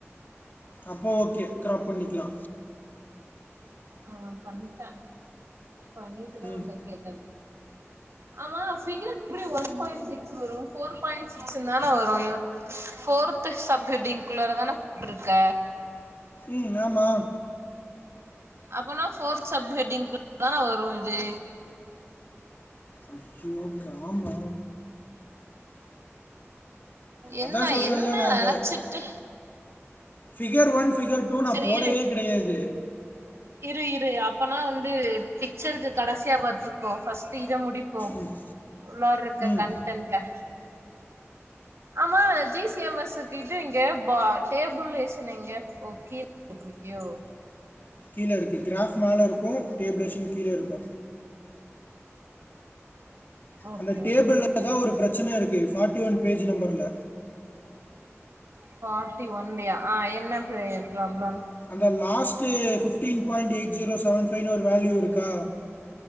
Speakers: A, on the left; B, on the right.
A: அப்போ ஓகே க்ராப் பண்ணிக்கலா
B: ஆ பண்டே பண்ணிட்டுதா
A: ம்
B: உன்ட்ட கேட்டே ஆமா ஃபிகர் எப்டி ஒன் பாயிண்ட் சிக்ஸ் வரு ஃபோர் பாயிண்ட் சிக்ஸ்னு தானே வரு ஃபோர்த்து சப்ஹெட்டிங்குள்ளாரதான போட்ருக்க
A: ம் ஆமா
B: அப்போனா ஃபோர் சப் ஹெட்டிங் குள்ளாரதான வரு இது
A: ஐயோ காமா
B: என்ன
A: அதான் சொல்றேன்ல
B: என்ன
A: நான்
B: நினைச்சிட்டு
A: அந்த ஃபிகர் ஒன் ஃபிகர் டூ நா
B: செரி
A: போடவே
B: இரு
A: கிடையாது
B: இரு இரு அப்பனா வந்து பிக்சருக்கு கடசியா பாத்துப்போ ஃபஸ் ட்டு இத முடிப்போ
A: ம்
B: உள்ளாற இருக்க
A: ம்
B: கன்டென்ட்ட ஆமா ஜி சி எம் எஸ்ஸுக்கு இது எங்க டேபிளேஷன் எங்க ஓ கீழ போட்டு றிக்கியோ
A: கீழருக்கு க்ராஃப் மேலருக்கு டேபிளேஷன் கீழ இருக்கு
B: ஓகே
A: அந்த டேபிள்லதா
B: ஓகே ஓகே
A: ஒரு பிரச்சன இருக்கு ஃபார்ட்டி ஒன் பேஜ் நம்பர்ல
B: ஃபார்ட்டி ஒன்ட யா ஆ என்ன பெ ப்ராப்ளம்
A: அந்த last fifteen point eight zero seven ஃபைவ்னு ஒரு வேல்யூ இருக்கா